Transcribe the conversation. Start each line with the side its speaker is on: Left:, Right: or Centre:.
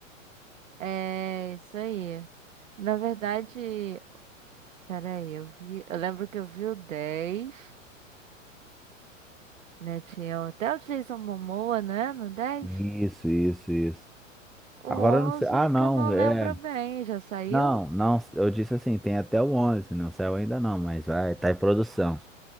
Right: É isso aí. Na verdade, peraí, eu vi, eu lembro que eu vi o 10. né? Tinha até o Jason Momoa, né? No dez,
Centre: Isso, isso, isso.
Right: O
Centre: Agora
Right: 11
Centre: eu não sei. Ah, não,
Right: que eu não
Centre: é.
Right: lembro bem, já saiu?
Centre: Não, não, eu disse assim, tem até o 11, não saiu ainda não, mas vai, tá em produção.